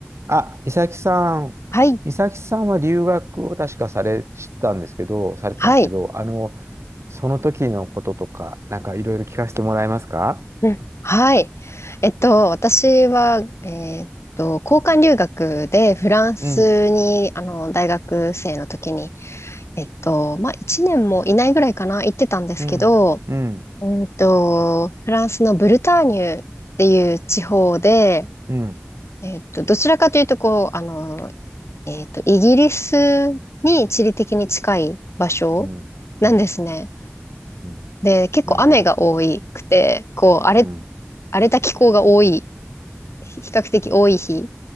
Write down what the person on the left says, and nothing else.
はい、
はい、
うん。はい。えっと、私は、えーっと、交換留学でフランスに、
あの、大学生の時に、えっと、まあ、1年もいないぐらいかな、行ってたんですけど、
うんと、フランスのブルターニュっていう地方で、
えっと、どちらかというと、こう、あの、えっと、イギリスに地理的に近い場所なんですね。
で、結構雨が多くて、
こう、荒れ
荒れた気候が多い、比較的多い日、